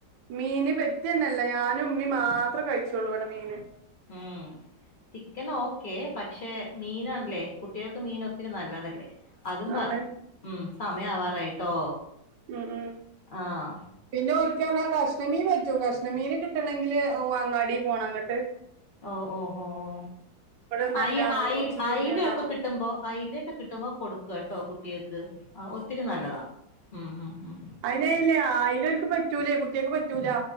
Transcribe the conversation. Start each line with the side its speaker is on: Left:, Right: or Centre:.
Right: മീന് പെറ്റി തന്നെ അല്ല ഞാനും ഉമ്മി മാത്രേ കഴിച്ചുള്ളൂ ഇവിടെ മീന്
Left: ഉം ചിക്കൻ ഓക്കെ. പക്ഷെ മീനാണല്ലേ കുട്ടികൾക്ക് മീൻ ഒത്തിരി നല്ലതല്ലേ അതും പാ
Right: ആണ്
Left: ഉം സമയം ആവാറായിട്ടോ
Right: മം മം
Left: ആഹ്
Right: പിന്നെ ഒരിക്കല പറഞ്ഞാൽ കഷ്ണമീൻ പറ്റും കഷ്ണമീൻ കിട്ടണമെങ്കിൽ ഓ അങ്ങാടി പോണം അങ്ങോട്ട്
Left: ഓ ഓ ഓ ഓ
Right: ഇവിടെന്നല്ലാണു
Left: ആയി ആയി
Right: കൊറച്ച് ദൂരണാണു
Left: ആയിലേക്ക് ഒക്കെ കിട്ടുമ്പോ ആയില കെ കിട്ടുമ്പോൾ കൊടുക്കു കേട്ടോ കുട്ടികൾക്ക് ആ ഒത്തിരി നല്ലതാ ഉം ഉം ഉം
Right: അയിനല്ലേ അയിലൽക്ക് പറ്റൂലേ കുട്ടികൾക്ക് പറ്റൂല